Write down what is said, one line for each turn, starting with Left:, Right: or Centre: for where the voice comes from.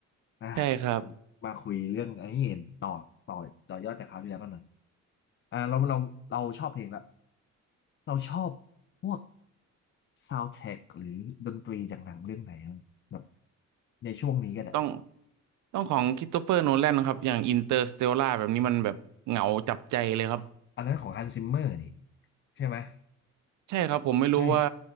Left: อ่า
Right: ใช่ครับ
Left: มาคุยเรื่องไอ้นี่ต่อต่อต่อยอดจากคราวที่แล้วกันหน่อยอ่าเราเราเราชอบเพลงละ เราชอบพวกซาว n d t ท r a c k หรือดนตรีจากหนังเรื่องไหนอะแบบในช่วงนี้ก็ได้
Right: ต้องต้องของคริสโตเฟอร์โนแลนครับอย่างอินเตอร์สเตลล่าแบบนี้มันแบบเหงาจับใจเลยครับ
Left: อันนั้นของฮันซิมเมอร์นี่ใช่ไหม
Right: ใช่ครับผมไม่รู้ว่า
Left: ใช่